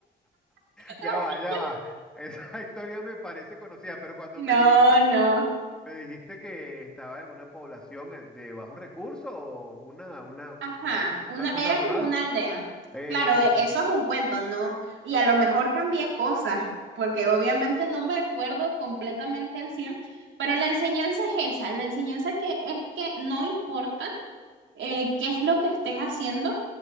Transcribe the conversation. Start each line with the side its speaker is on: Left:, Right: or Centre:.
Right: <laughs>
Centre: Ya va, ya va. Esa <laughs> historia me parece conocida, pero cuando
Right: No,
Centre: me dijiste...
Right: no.
Centre: Me dijiste que estaba en una población eh, de bajos recursos o una, una,
Right: Ajá,
Centre: una,
Right: una,
Centre: una zona
Right: era
Centre: rural.
Right: como una aldea.
Centre: Eh,
Right: Claro, e-
Centre: eso.
Right: eso es un cuento, ¿no? Y a lo mejor cambié cosas, porque obviamente no me acuerdo completamente al cien pero la enseñanza es esa, la enseñanza que es que no importa eh, qué es lo que estés haciendo,